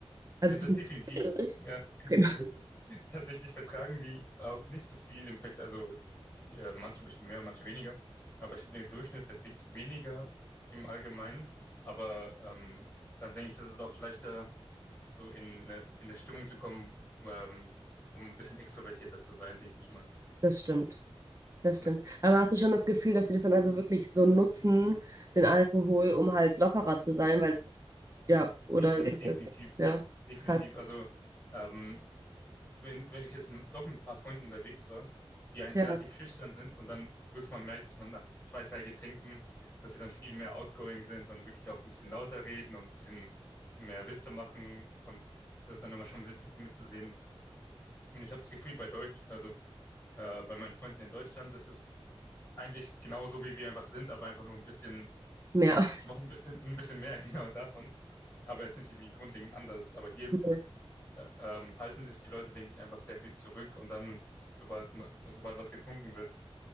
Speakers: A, on the right (about 35°); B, on the left (about 20°).
A: Also
B: Ja, das
A: es ist nicht
B: definitiv.
A: so richtig.
B: Ja. <laughs>
A: Okay, <laughs>
B: Tatsächlich vertragen die auch nicht so viel im Vergleich. Also die, äh, manche bestimmt mehr, manche weniger. Aber ich glaube, der Durchschnitt verträgt weniger im Allgemeinen. Aber ähm, dann denke ich, ist es auch leichter, so in eine, in eine Stimmung zu kommen, ähm, um ein bisschen extrovertierter zu sein, denke ich mal.
A: das stimmt. Das
B: Genau.
A: stimmt. Aber hast du schon das Gefühl, dass sie das dann also wirklich so nutzen, den Alkohol, um halt lockerer zu sein? Weil, ja, oder
B: Defini
A: ist
B: definitiv,
A: das, ja,
B: definitiv.
A: krass.
B: Also ähm, wenn, wenn ich jetzt m- doch mit ein paar Freunden unterwegs war, die eigentlich
A: Ja,
B: relativ schüchtern sind und dann wirklich mal merkt, dass man nach zwei, drei Getränken, dass sie dann viel mehr outgoing sind und wirklich auch ein bisschen lauter reden und ein bisschen mehr Witze machen und das ist dann immer schon witzig mitzusehen. Und ich habe das Gefühl bei Deutsch, also äh, bei meinen Freunden in Deutschland, das ist eigentlich genauso, wie wir einfach sind, aber einfach nur ein bisschen,
A: mehr.
B: noch ein bisschen, ein bisschen mehr <laughs> genau davon. Aber jetzt nicht irgendwie grundlegend anders. Aber hier
A: <laughs>
B: äh, ähm, halten sich die Leute, denke ich, einfach sehr viel zurück und dann, sobald, ma- sobald was getrunken wird,